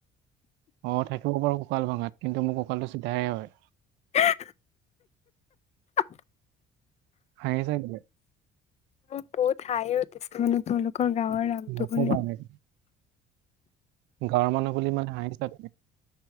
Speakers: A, on the right; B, on the left.
A: অঁ, থাকিব পাৰো ককাল ভাঙাত কিন্তু মোৰ ককালটো চিধাই হয়।
B: হা হা।
A: হাঁহিছা কেলে?
B: মোৰ বহুত হাঁহি উঠছে মানে তোমলোকৰ গাওঁৰ নামটো
A: নকবা
B: শুনি।
A: এনেকে গাঁৱৰ মানুহ বুলি ইমান হাঁহিছা কেলে?